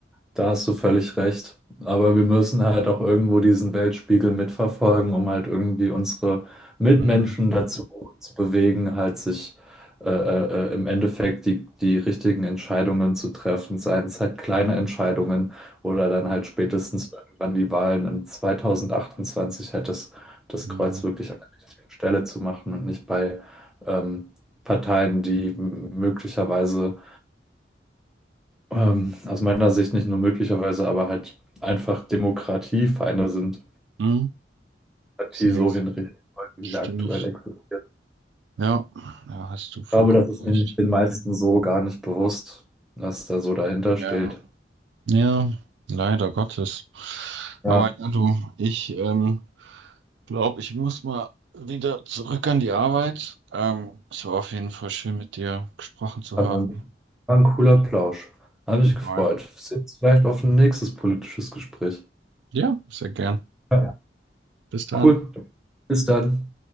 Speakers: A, in the centre; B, on the right (about 75°).
A: Da hast du völlig recht. Aber wir müssen halt auch irgendwo diesen Weltspiegel mitverfolgen, um halt irgendwie unsere Mitmenschen
B: Mhm.
A: dazu zu bewegen, halt sich äh, äh, äh, im Endeffekt die, die richtigen Entscheidungen zu treffen, seien es halt kleine Entscheidungen oder dann halt spätestens irgendwann die Wahlen im 2028 halt das, das
B: Mhm.
A: Kreuz wirklich an der richtigen Stelle zu machen und nicht bei ähm, Parteien, die m- möglicherweise ähm, aus meiner Sicht nicht nur möglicherweise, aber halt einfach Demokratiefeinde sind.
B: Mhm.
A: Demokratie
B: Safe.
A: so hinrichten, wollen, wie
B: Stimme
A: sie aktuell existiert.
B: Ja, da hast du vollkommen
A: Ich glaube, das ist
B: recht.
A: nämlich den meisten so gar nicht bewusst, was da so dahinter steht.
B: Ja. Ja, leider Gottes. Aber
A: Ja,
B: ja, du, ich ähm, glaube, ich muss mal wieder zurück an die Arbeit. Ähm, es war auf jeden Fall schön, mit dir gesprochen zu
A: aber
B: haben.
A: ein, war ein cooler Plausch. Hat mich gefreut.
B: Bye.
A: Bis jetzt vielleicht auf ein nächstes politisches Gespräch.
B: Ja, sehr gern.
A: Ja.
B: Bis dann.
A: Cool. Bis dann.